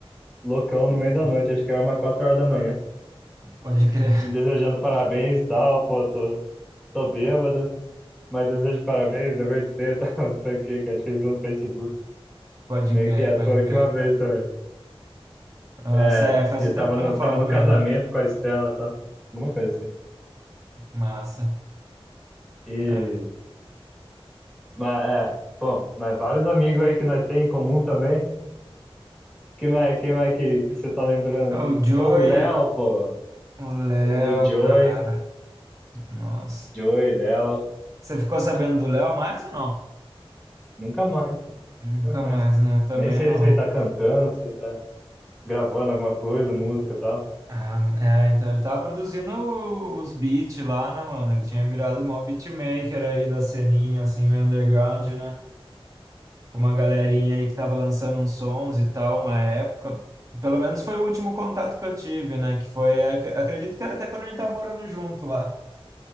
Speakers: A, in the centre; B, on the right.
A: loucão,
B: boa.
A: no meio da noite, acho que era umas 4 horas da manhã,
B: Pode crer, <laughs>
A: me desejando parabéns e tal, pô, tô, tô bêbado, Mas desejo de parabéns, dever de ser, tá, <laughs> não sei o que, que acho que ele viu no Facebook.
B: pode
A: Meio
B: crer,
A: que essa
B: pode
A: foi a última
B: crer.
A: vez também.
B: Nossa,
A: É,
B: é, faz
A: eu
B: um tempo
A: tava
B: que
A: no,
B: eu não falo
A: tava no
B: com
A: casamento
B: ele.
A: com a Estela, tá? Alguma coisa assim.
B: Massa.
A: E,
B: É,
A: mas, é, bom, mas vários amigos aí que nós tem em comum também. Quem mais, quem mais que, que você tá lembrando?
B: Ah,
A: Que,
B: o Joey,
A: pô, o Léo, pô,
B: o Léo,
A: o, o Joey,
B: cara. Nossa.
A: Joey, Léo,
B: Você ficou sabendo do Léo mais ou não?
A: nunca mais, pô,
B: Nunca
A: nunca mais.
B: mais, né? Eu também
A: Nem sei
B: não.
A: se ele tá cantando, se ele tá gravando alguma coisa, música e tal.
B: Ah, é, então ele tava produzindo os beats lá, né, mano? Ele tinha virado um maior beatmaker aí da ceninha, assim, meio underground, né? Uma galerinha aí que tava lançando uns sons e tal, uma época. Pelo menos foi o último contato que eu tive, né? Que foi, ac- acredito que era até quando a gente tava morando junto lá.